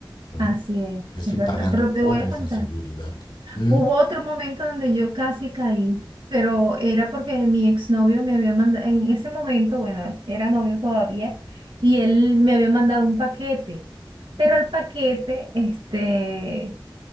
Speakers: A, on the left; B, on the right.
A: ¿no?
B: así es,
A: Estoy
B: es verdad.
A: pagando
B: Pero
A: por
B: te voy a
A: esa
B: contar.
A: seguridad. ¿Mm?
B: Hubo otro momento donde yo casi caí, pero era porque mi exnovio me había mandado, en ese momento, bueno, era novio todavía, y él me había mandado un paquete, pero el paquete, este,